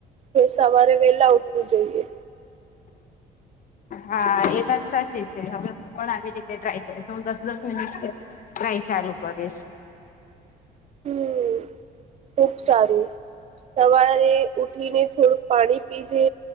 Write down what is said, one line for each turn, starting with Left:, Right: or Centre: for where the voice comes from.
Right: તો સવારે વેલા ઉઠવું જોઈએ.
Left: હા એ વાત સાચી છે હવેું પણ આવી રીતે ટ્રાય કરીશ હું દસ દસ મિનિટ ટ્રાય ચાલુ કરીશ.
Right: હમ ખુબ સારું સવારે ઉઠીને થોડુંક પાણી પીજે